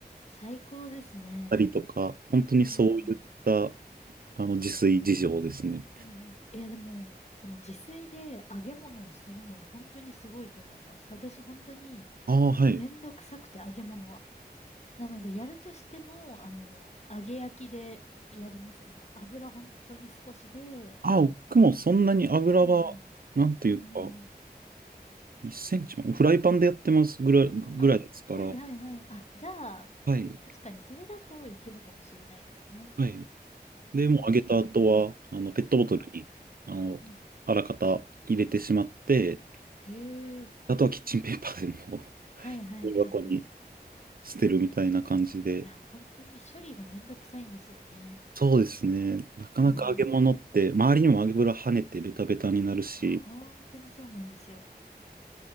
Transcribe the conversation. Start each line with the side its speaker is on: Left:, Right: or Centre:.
Left: 最高ですね。
Right: たりとか、本当にそういった、
Left: うん。
Right: あの、自炊事情ですね。
Left: うんうん。いや、でも、その自炊で揚げ物をするのは本当にすごいと思います。私本当に
Right: ああ、はい。
Left: めんどくさくて揚げ物は。なので、やるとしても、あの、揚げ焼きでやりますね。もう油本当に少しで、
Right: あ、僕もそんなに油は、
Left: うんうん。
Right: なんていうか、
Left: うんうんうん。
Right: 1センチも、フライパンでやってますぐらい、ぐらいですから、
Left: あ、はいはいはい。あ、じゃあ、
Right: はい、
Left: 確かにそれだといけるかもしれないですね。
Right: はい。で、
Left: うんうんうんうん。
Right: もうあげた後は、あの、ペットボトルに、
Left: うん
Right: あの、
Left: うん。
Right: あらかた入れてしまって、
Left: ええ
Right: あとはキッチンペーパーでもう
Left: はいはいはいはい。
Right: ゴミ箱に捨てるみたいな感じで。
Left: いや、本当に処理がめんどくさいんですよね。
Right: そうですね。なかなか揚げ物って、
Left: うん。
Right: 周りにも油跳ねてベタベタになるし、
Left: いや、本当にそうなんですよ。